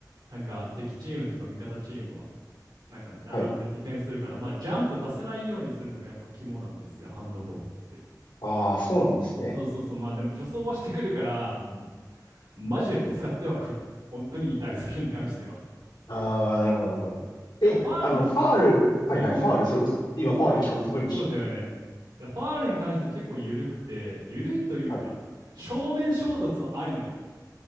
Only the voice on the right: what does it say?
なんか敵チームとか味方チームは、なんか並んでディフェンスするから、
まあジャンプさせないようにするのがやっぱ肝なんですよ、ハンドボールって。
そうそうそう。まあでも助走はしてくるから、もうマジでぶつかってはくる。本当に痛い、それに関しては。
でもファウルに、
おうおう、
そう、そうだよね。でファウルに関して結構緩くて、緩いというか、
正面衝突はありなのよ。